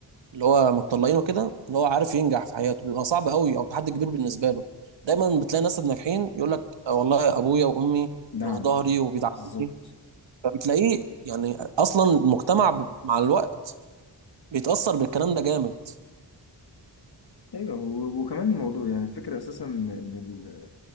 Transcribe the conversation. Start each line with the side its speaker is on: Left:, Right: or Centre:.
Right: اللي هو متطلعين وكده ان هو عارف ينجح في حياته بيبقى صعب قوي او تحدي كبير بالنسبه له دايما بتلاقي ناس ناجحين يقول لك آه، والله ابويا وامي
Left: دعم
Right: كانوا في ظهري وبيدعموني
Left: بالظبط
Right: فبتلاقيه يعني اصلا المجتمع ب- مع الوقت بيتاثر بالكلام ده جامد
Left: ايوه و- وكمان الموضوع يعني الفكره اساسا ان